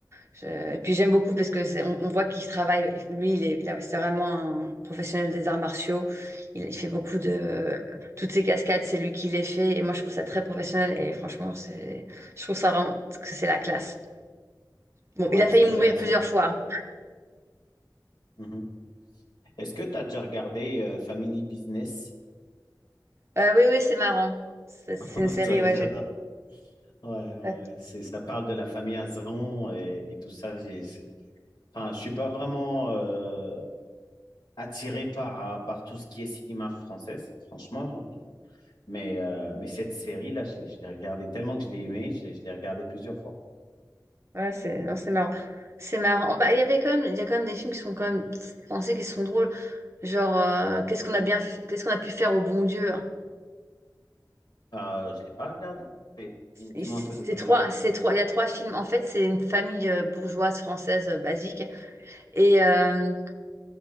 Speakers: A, on the right; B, on the left.
A: Je- Et puis j'aime beaucoup parce que c'est- on, on voit qu'il travaille. Lui, il est, il a- c'est vraiment un professionnel des arts martiaux. Il, il fait beaucoup de toutes ses cascades, c'est lui qui les fait. Et moi, je trouve ça très professionnel. Et franchement, c'est, je trouve ça vraiment que c'est la classe. Bon,
B: Ouais,
A: il a failli
B: c'est intéressant.
A: mourir plusieurs fois.
B: Mhm. Est-ce que tu as déjà regardé euh, Family Business?
A: Euh, oui, oui, c'est marrant. C'est c'est
B: <laughs>
A: une
B: On
A: série,
B: dirait,
A: ouais,
B: J'adore.
A: j'aime.
B: Ouais, ouais,
A: Ouais,
B: ouais. C'est, ça parle de la famille Azon et, et tout ça. J'ai, c'est- enfin, je suis pas vraiment euh, attiré par, euh, par tout ce qui est cinéma française, franchement. Mais, euh, mais cette série-là, je, l'ai je l'ai regardée tellement que je l'ai aimée, je l'ai je l'ai regardée plusieurs fois.
A: ouais, c'est non, c'est marrant. C'est marrant. Bah, il y avait quand même, il y a quand même des films qui sont quand même français, qui sont drôles. Genre, euh, qu'est-ce qu'on a bien, qu'est-ce qu'on a pu faire au bon Dieu?
B: Euh, je l'ai pas regardée. Dis-moi
A: Et c-
B: un peu
A: C'est
B: de quoi
A: trois,
B: il parle.
A: c'est trois, il y a trois films. En fait, c'est une famille euh, bourgeoise française euh, basique. Et euh,